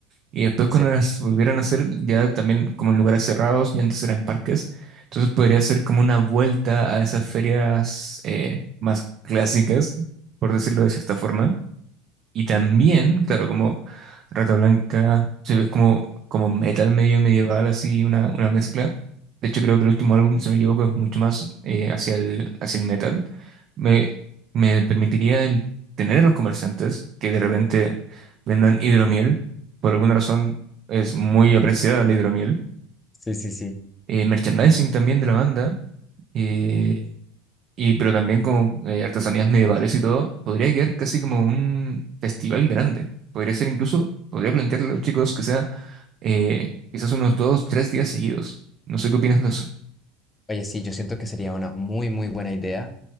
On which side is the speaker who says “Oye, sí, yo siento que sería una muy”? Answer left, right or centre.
Left